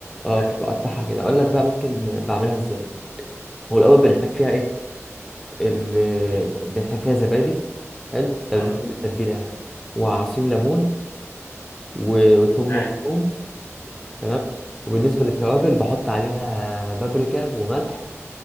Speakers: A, in the centre; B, on the left.
A: اه
B: ايوه
A: فبقطعها كده اقول لك بقى ممكن بعملها ازاي هو الاول بنحتاج فيها ايه اللي
B: ايه
A: بنحتاج فيها زبادي حلو ده
B: ايوه
A: بالنسبة للتتبيلة يعني وعصير ليمون و- وتوم
B: ايوه
A: مفروم تمام وبالنسبة للتوابل بحط عليها بابريكا وملح